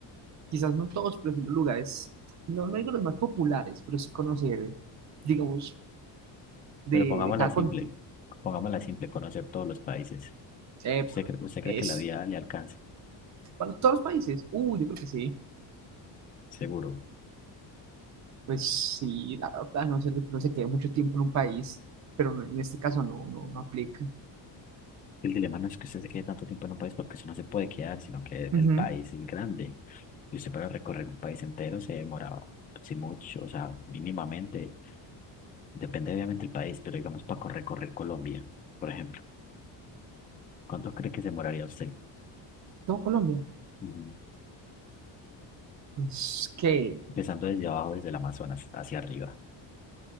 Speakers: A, on the right; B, on the left.
A: Quizás no todos, pero sí los lugares, no, no digo los más populares, pero sí conocer, digamos, de,
B: Bueno, pongámosla
A: de cada
B: simple.
A: continente.
B: Pongámosla simple, conocer todos los países.
A: Epa,
B: ¿Usted cree, usted cree
A: es
B: que la vida le alcance?
A: para todos los países. Uh, yo creo que sí.
B: Seguro.
A: Pues sí, la verdad, a no ser de que uno se quede mucho tiempo en un país, pero no- en este caso no, no, no aplica.
B: El dilema no es que usted se quede tanto tiempo en un país porque usted no se puede quedar, sino que el
A: Ujú.
B: país es grande. Y usted para recorrer un país entero se demora, si mucho, o sea, mínimamente. Depende obviamente del país, pero digamos para recorrer Colombia, por ejemplo. ¿Cuánto cree que se demoraría usted?
A: ¿Todo Colombia?
B: Ujú.
A: Pues, ¿qué?
B: Empezando desde abajo, desde el Amazonas hacia arriba.